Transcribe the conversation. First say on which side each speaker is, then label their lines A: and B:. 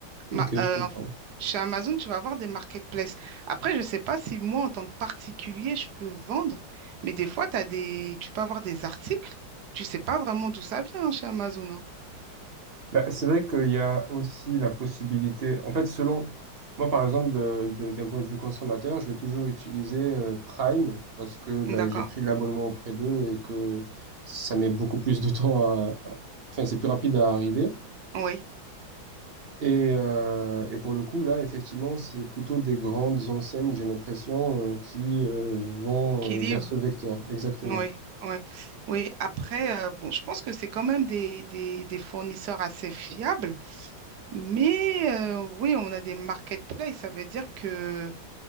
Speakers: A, on the right; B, on the right.
A: Ok,
B: Ma- euh,
A: je comprends.
B: en- chez Amazon, tu vas avoir des marketplaces. Après, je ne sais pas si moi, en tant que particulier, je peux vendre, mais des fois, t'as des, tu peux avoir des articles, tu sais pas vraiment d'où ça vient hein, chez Amazon. hein.
A: Bah, c'est vrai qu'il y a aussi la possibilité, en fait, selon, moi par exemple, de, de- d'un point de vue consommateur, je vais toujours utiliser euh, Prime parce que bah,
B: D'accord?
A: j'ai pris l'abonnement auprès d'eux et que ça met beaucoup plus de temps à, à- enfin, c'est plus rapide à arriver.
B: Oui.
A: Et, euh, et pour le coup, là, effectivement, c'est plutôt des grandes enseignes, j'ai l'impression, euh, qui euh, vont
B: Qui livre
A: euh, vers ce vecteur, exactement.
B: Oui, oui, oui. Après, euh, bon, je pense que c'est quand même des, des, des fournisseurs assez fiables, mais euh, oui, on a des marketplaces. Ça veut dire que,